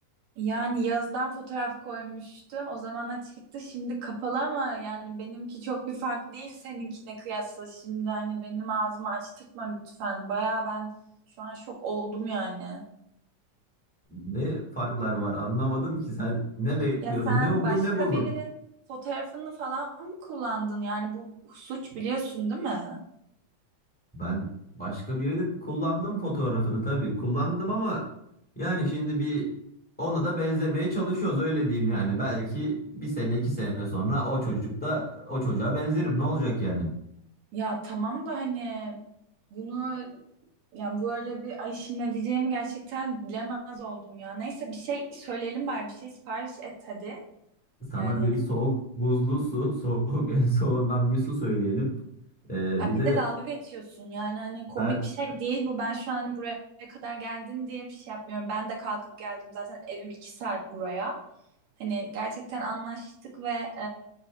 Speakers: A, on the right (about 85°); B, in the centre.
A: Yani yazdan fotoğraf koymuştum. O zamana çıktı şimdi kapalı ama yani benimki çok bir fark değil seninkine kıyasla. Şimdi hani benim ağzımı açtırtma lütfen. Baya ben şu an şok oldum yani.
B: Ne farklar var anlamadım ki sen ne bekliyordun
A: Ya sen
B: ne umdun
A: başka
B: ne buldun?
A: birinin fotoğrafını falan mı kullandın? Yani bu suç biliyorsun değil mi?
B: Ben başka birini kullandım fotoğrafını tabii. Kullandım ama yani şimdi bir ona da benzemeye çalışıyoruz öyle diyeyim yani. Belki bir sene iki sene sonra o çocuk da o çocuğa benzerim ne olacak yani.
A: Ya tamam da hani bunu ya böyle bir ay şimdi ne diyeceğimi gerçekten bilemez oldum ya. Neyse bir şey söyleyelim bari bir şey sipariş et hadi.
B: Sana
A: Yani
B: bir soğuk buzlu su soğuk <laughs> en soğuğundan bir su söyleyelim. Ee,
A: Ha
B: bir
A: bir
B: de
A: de dalga geçiyorsun yani hani komik
B: ben
A: bir şey değil bu. Ben şu an hani buraya kadar geldin diye bir şey yapmıyorum. Ben de kalkıp geldim zaten evim iki saat buraya. Hani gerçekten anlaştık ve